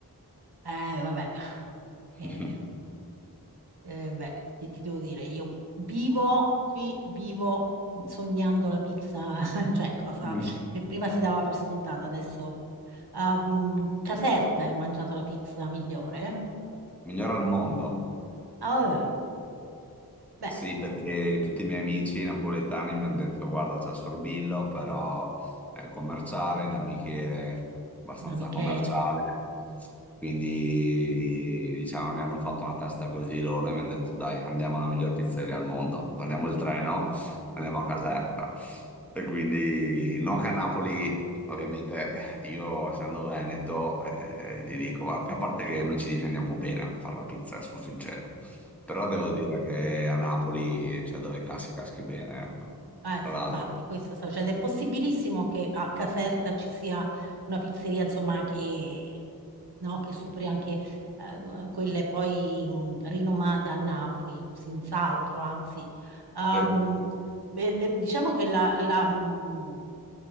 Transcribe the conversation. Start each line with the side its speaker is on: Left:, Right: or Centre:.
Right: Eh, vabbè,
Centre: <laughs>
Right: Eh, eh, beh, che ti devo dire? Io vivo qui, vivo sognando la pizza, <laughs> cioè cosa
Centre: Mm.
Right: che prima si dava per scontata, adesso... Ah, mm, Caserta hai mangiato la pizza migliore?
Centre: Migliora al mondo.
Right: Ah, beh,
Centre: Sì, perché tutti i miei amici napoletani mi hanno detto, guarda, c'è Sorbillo, però è commerciale, da Michele, abbastanza
Right: da Michele.
Centre: commerciale. Quindi, diciamo, mi hanno fatto una testa così loro e mi hanno detto, dai, andiamo alla miglior pizzeria al mondo, prendiamo il treno, andiamo a Caserta. E quindi, non che a Napoli, ovviamente, io essendo veneto, eh, ti dico, ma- a parte che noi ci difendiamo bene a fare la pizza, eh, sono sincero. Però devo dire che a Napoli, cioè dove caschi, caschi bene, ecco.
Right: Ah, eh
Centre: Tra
Right: sì,
Centre: l'altro.
Right: infatti, questo sta succedendo. È possibilissimo che a Caserta ci sia una pizzeria, insomma, che, no, che superi anche eh, quelle poi mh, rinomate a Napoli, senz'altro, anzi. Ehm,
Centre: le-
Right: beh, eh, diciamo che la, la, mh,